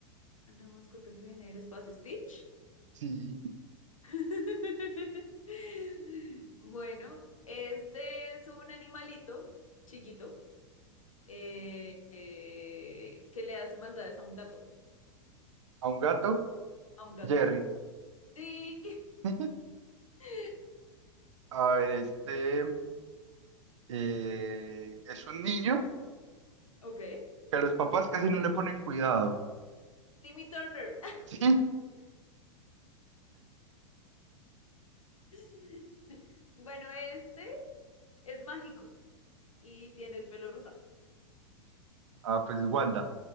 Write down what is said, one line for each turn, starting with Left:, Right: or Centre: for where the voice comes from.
Left: Una mascota que viene del espacio, Stitch.
Right: Sí.
Left: <laughs> Bueno, este es un animalito chiquito eh, eh, que le hace maldades a un gato,
Right: A un gato,
Left: a un gato.
Right: Jerry.
Left: Sí.
Right: <laughs>
Left: <laughs>
Right: A ver, este eh, es un niño
Left: Ok.
Right: que los papás casi no le ponen cuidado. <laughs>
Left: Timmy Turner.
Right: Sí.
Left: <laughs> Bueno, este es mágico y tiene el pelo rosado.
Right: Ah, pues Wanda.